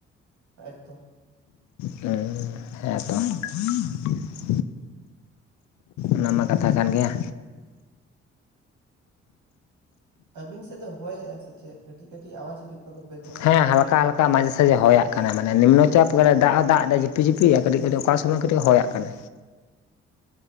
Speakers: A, on the right; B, on the left.
A: ᱮᱠᱛᱚ
B: ᱦᱮᱸ ᱦᱮᱸᱛᱚ <unintelligible> ᱚᱱᱟ ᱢᱟ ᱠᱟᱛᱷᱟ ᱠᱟᱱ ᱜᱮᱭᱟ
A: ᱟᱹᱵᱤᱱ ᱥᱮᱫ ᱫᱚ ᱦᱚᱭᱮᱜᱼᱟ ᱥᱮ ᱪᱮᱫ ᱠᱟᱹᱴᱤᱡ ᱠᱟᱹᱴᱤᱡ ᱟᱣᱟᱡᱽ ᱦᱤᱡᱩᱜ ᱚᱠᱟ ᱫᱚ ᱵᱮᱠᱨᱟᱣᱩᱱ ᱾
B: ᱦᱮᱸ ᱦᱟᱞᱠᱟ ᱦᱟᱞᱠᱟ ᱾ ᱚᱱᱠᱟ ᱢᱟᱡᱷᱮ ᱥᱟᱡᱷᱮ ᱦᱚᱭᱟᱜᱟᱜ ᱠᱟᱱᱟ ᱢᱮ ᱱᱤᱢᱱᱚ ᱪᱟᱯ ᱠᱟᱛᱮ ᱫᱟᱜ ᱫᱟᱜ ᱮ ᱡᱤᱯᱤ ᱡᱤᱯᱤᱭᱤᱭᱟ ᱠᱟᱹᱴᱤᱡ ᱠᱟᱹᱴᱤᱡ ᱚᱠᱟ ᱥᱚᱢᱚᱭ ᱠᱟᱹᱴᱤᱡ ᱾ ᱦᱚᱭᱟᱜ ᱠᱟᱱᱟ